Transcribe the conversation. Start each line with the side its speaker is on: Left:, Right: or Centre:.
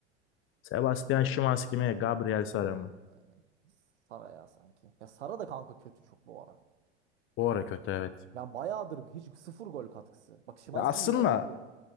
Left: Sebastian Szymański mi Gabriel Sara mı?
Right: Ee, Sara ya sanki. Ya Sara da kanka kötü çok bu ara.
Left: Bu ara kötü evet.
Right: Yani bayağıdır hiç sıfır gol katkısı. Bak Szymański
Left: Ya aslında
Right: yine yapıyor.